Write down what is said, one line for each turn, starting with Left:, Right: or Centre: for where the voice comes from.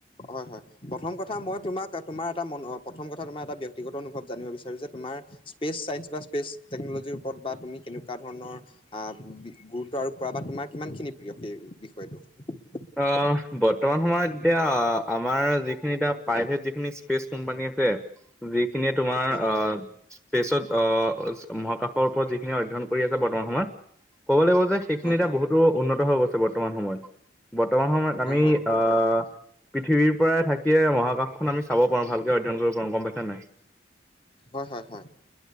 Left: হয় হয় প্ৰথম কথা মই তোমাক তোমাৰ এটা ম প্ৰথম কথা তমাৰ এটা ব্যক্তিগত অনুভৱ জানিব বিচাৰো যে তোমাৰ ইচ্ পেচ্ চাইন্ টেকনলজিৰ ওপৰত বা তুমি কেনেকুৱা ধৰণৰ অ গুৰুত্ব আৰোপ পৰা বা তোমাৰ কিমানখিনি প্ৰিয় সেই বিষয়টো
Centre: অ বৰ্তমান সময়ত এতিয়া আমাৰ যিখিনি এতি প্ৰাইভেট যিখিনি স্পেচ কোম্পানী আছে যিখিনিয়ে তোমাৰ
Left: হয়
Centre: আহ স্পেচত আহ মহাকাশৰ ওপৰত যিখিনি অধ্যয়ন কৰি আছে ব বৰ্তমান সময়ত ক'ব লাগিব যে সেইখিনি
Left: হয়
Centre: এটা
Left: হয়
Centre: বহুতো উন্নত হৈ গৈছে বৰ্তমান সময়ত বৰ্তমান সময়ত আমি
Left: হয় হয়
Centre: অ পৃথিৱীৰ পৰাই থাকিয়ে মহাকাশখন আমি চাব পাৰো ভালকে অধ্যয়ন কৰিব পাৰো গম পাইছে নাই
Left: হয় হয় হয়